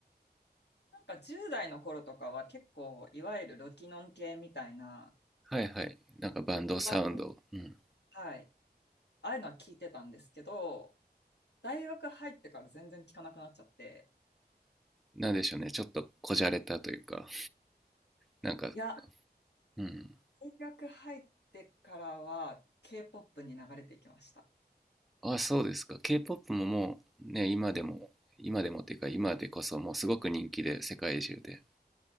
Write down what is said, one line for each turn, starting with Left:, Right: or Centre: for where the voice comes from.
Left: なんか10代の頃とかは結構、いわゆるロキノン系みたいな、
Centre: はいはい。なんかバンドサウンド。
Left: ロックバンド、
Centre: うん。
Left: はい、ああいうのは聞いてたんですけど、大学入ってから全然聞かなくなっちゃって、
Centre: なんでしょうね。ちょっとこじゃれたというか。なんか、
Left: いや、
Centre: うん。
Left: 大学入ってからは K-POP に流れていきました。
Centre: あ、そうですか。K-POP ももうね、今でも、今でもっていうか、今でこそもうすごく人気で、世界中で。